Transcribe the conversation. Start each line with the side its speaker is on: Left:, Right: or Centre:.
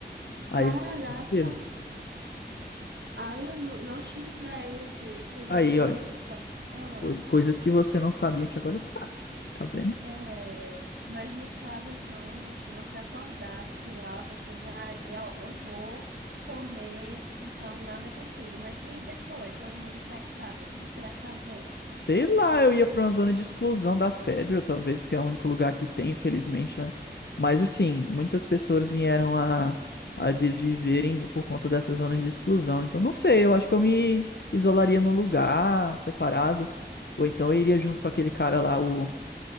Left: Aí,
Right: Caraca,
Left: viram.
Right: ai, eu não, não tinha ideia disso. Você
Left: aí,
Right: já eu
Left: ó,
Right: tô chocada.
Left: co- coisas que você não sabia que agora sabe, tá vendo?
Right: É, mas no caso, então, se você acordasse lá, você já iria, ó, não vou comer, então nada contigo. Mas e depois, todo mundo infectado, como você ia fazer?
Left: Sei lá, eu ia pra uma zona de exclusão da Federal, talvez, porque é o único lugar que tem, infelizmente, né? Mas assim, muitas pessoas vieram a, a desviverem por conta dessas zonas de exclusão. Então, não sei, eu acho que eu me isolaria num lugar separado, ou então eu iria junto com aquele cara lá, o.